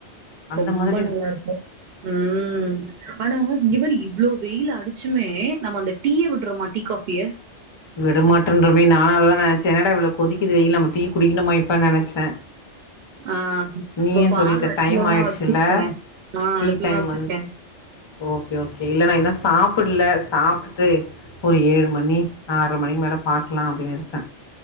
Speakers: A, on the left; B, on the right.
A: அந்த
B: ரொம்ப
A: மாதிரி
B: நல்லா இருக்கு ம் ஆனா இங்க பாரு இவ்ளோ வெயில் அடிச் ச்சுமே நம்ம அந்த டீய விடுறோமா டீ காஃபிய
A: விட மாட்டோன்றமே நானு அததா நெனச்சே என்னடா இவ்ளோ கொதிக்கிது இ நம்ம டீ குடிக்கணுமா இப்ப நெனைச்சே
B: ஆ
A: நீயு
B: இப்ப பால்
A: சொல்லிட்ட
B: அடுப்புலதா
A: டைம் ஆயிட்ச்சுல
B: வச்சிருக்கே ஆ
A: டீ
B: அடுப்புலதா
A: டைம்
B: வச்சிருக்கே
A: வந்து ஓகே ஓகே இல்ல நா இன்னு சாப் புட்டல சாப்ட்டுட்டு ஒரு ஏழு மணி நா ஆர்ர மணிக்கு மேல பாக்கலா அப்டின்னு இருக்கே